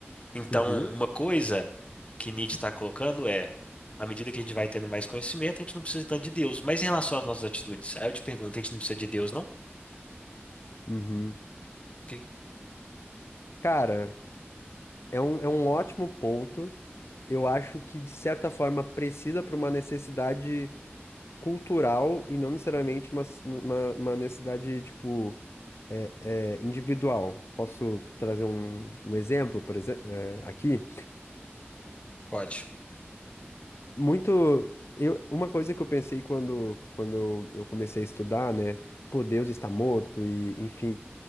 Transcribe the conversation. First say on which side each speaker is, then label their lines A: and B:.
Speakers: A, on the left; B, on the left.
A: Então,
B: uhum,
A: uma coisa que Nietzsche está colocando é, à medida que a gente vai tendo mais conhecimento, a gente não precisa tanto de Deus. Mas em relação às nossas atitudes, aí eu te pergunto, a gente não precisa de Deus, não?
B: uhum.
A: Que
B: Cara, é um, é um ótimo ponto. Eu acho que, de certa forma, precisa para uma necessidade cultural e não necessariamente uma, s- uma, uma necessidade, tipo, é, é, individual. Posso trazer um, um exemplo, por exemplo, aqui?
A: pode.
B: Muito. Eu, uma coisa que eu pensei quando, quando eu eu comecei a estudar, né? Pô, Deus está morto e, enfim,